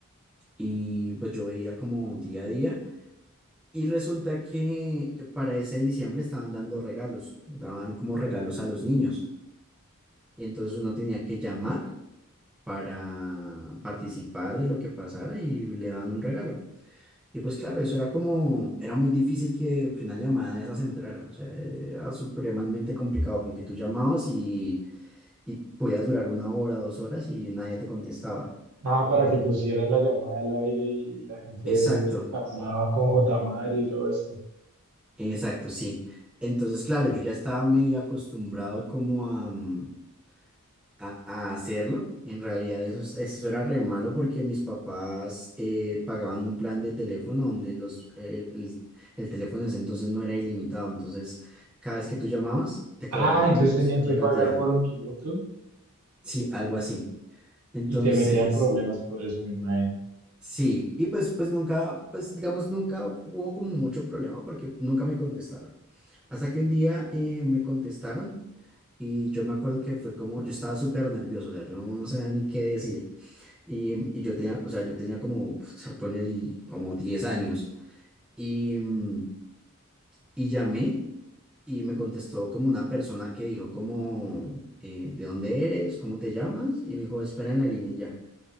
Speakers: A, in the centre; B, on the right.
A: y pues yo veía como día a día Y resulta que para ese diciembre estaban dando regalos, daban como regalos a los niños. Entonces uno tenía que llamar para participar de lo que pasara y le daban un regalo. Y pues claro, eso era como, era muy difícil que, que una llamada de esas entrara. O sea, era supremamente complicado, como que tú llamabas y, y podías durar una hora, dos horas y nadie te contestaba.
B: Ah, para que pusieran la llamada al aire y la gente
A: Exacto,
B: hablaba con J. Mario y todo esto.
A: exacto, sí. Entonces, claro, yo ya estaba medio acostumbrado como a... mm, a, a hacerlo. En realidad eso, es- eso era re malo porque mis papás eh, pagaban un plan de teléfono donde los, eh, el, el teléfono en ese entonces no era ilimitado. Entonces, cada vez que tú llamabas, te cobraban
B: Ah,
A: como
B: entonces tenían
A: cierta
B: que
A: cantidad.
B: pagar por minuto
A: Sí, algo así. Entonces,
B: y te metían problemas por eso, me imagino.
A: sí. Y pues, pues nunca, pues digamos, nunca hubo como mucho problema porque nunca me contestaron. Hasta que un día eh, me contestaron y yo me acuerdo que fue como, yo estaba súper nervioso, o sea, yo no sabía ni qué decir. Y, y yo tenía, o sea, yo tenía como, o sea, ponle di- como 10 años. Y, mm, y llamé y me contestó como una persona que dijo como, eh, ¿de dónde eres? ¿Cómo te llamas? Y me dijo, espera en la línea y ya.